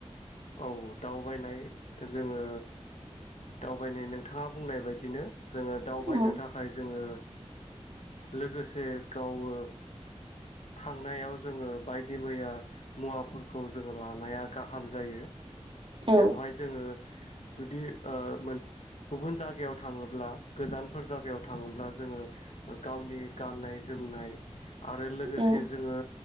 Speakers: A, on the left (about 75°); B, on the right (about 50°).
A: औ दावबायनाय जोङो दावबायनाय नोंथाङा बुंनाय बायदिनो। जोङो दावबायनो
B: औ
A: थाखाय जोङो। लोगोसे गावो थांनायाव जोङो बायदि मैया मुवाफोरखौ जोङो लानाया गाहाम। जायो।
B: औ
A: बेवहाय जोङो जुदि ओ मोन गुबुन जागायाव थाङोब्ला गोजानफोर जागायाव थाङोब्ला जोङो गावनि गाननाय जोमनाय आरो लोगोसे
B: औ
A: जोङो